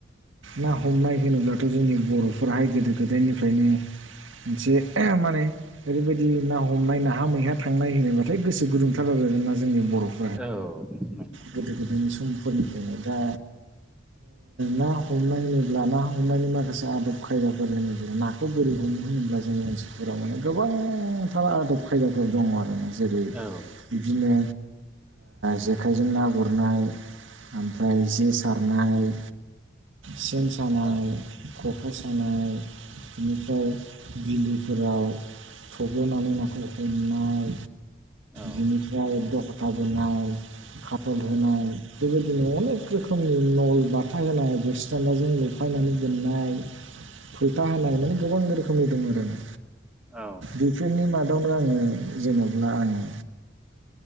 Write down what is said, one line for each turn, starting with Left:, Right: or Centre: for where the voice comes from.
Right: ना हमनाय होनोब्लाथ' जोंनि बर'फोराहाय गोदो गोदायनिफ्रायनो जे ओ माने ओरैबायदि ना हमनाय नाहा मैहा थांनाय होनायबाथाय गोसो गुदुंथार आरो आरोना जोंनि बर'
Centre: औ
Right: गोदो गोदायनि समफोरनिफ्रायनो दा ना हमनाय होनोब्ला ना हमनायनि माखासे आदब खायदाफोर होनोब्ला ना खौ बोरै हमो होनोब्ला जोंनि ओनसोलफोरााव माने गोबांथार आदब खायदाफोर दंङो आरोना ज जेरै
Centre: औ
Right: बिबदिनो जेखाइजों ना गुरनाय ओमफ्राय जे सारनाय सेन सार
Centre: औ
Right: खखा सानाय बेनिफ्राय बिलोफोराव थब्ल'नानै नाखौ हमनाय
Centre: औ
Right: बिनिफ्राय दखथा बोनाय खाथल होनाय बेबो नआवनो अनेक रोखोमनि नल बाथा होनाय बोरसि दान्दाजों लोफायनानै बोननाय फाथो होनाय माने गोबां रोखोमनि दं आरोना
Centre: औ
Right: बिफोरनि मादाव बेावनो आंङो जेन'ब्ला आंङो